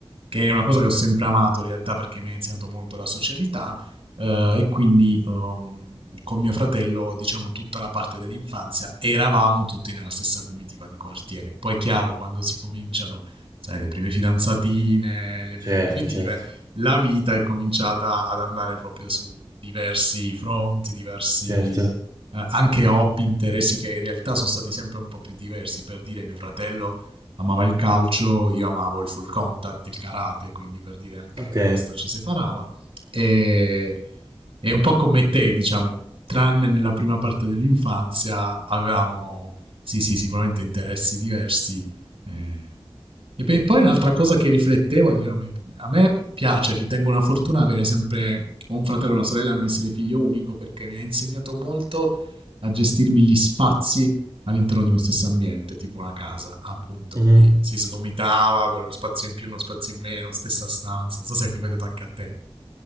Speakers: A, on the right; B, on the right.
A: che è una cosa che ho sempre amato in realtà perché mi ha insegnato molto la socialità eh, e quindi um, con mio fratello, diciamo tutta la parte dell'infanzia, eravamo tutti nella stessa comitiva di quartiere. Poi è chiaro, quando si cominciano sai, le prime fidanzatine, le
B: Certo,
A: prime comitive,
B: certo.
A: la vita è cominciata ad andare proprio su diversi fronti, diversi
B: Certo,
A: eh, anche hobby, interessi che in realtà sono stati sempre un po' più diversi. Per dire, mio fratello amava il calcio, io amavo il full contact, il karate, quindi per dire anche
B: ok.
A: questo ci separava. E, e un po' come te, diciamo, tranne nella prima parte dell'infanzia, avevamo sì, sì, sicuramente interessi diversi. eh. E beh, poi un'altra cosa che riflettevo, di- a me piace, ritengo una fortuna avere sempre o un fratello o una sorella, non essere figlio unico, perché mi ha insegnato molto a gestirmi gli spazi all'interno di uno stesso ambiente, tipo una casa, appunto
B: Mhm.
A: lì si sgomitava per uno spazio in più, uno spazio in meno, stessa stanza. Non so se è capitato anche a te.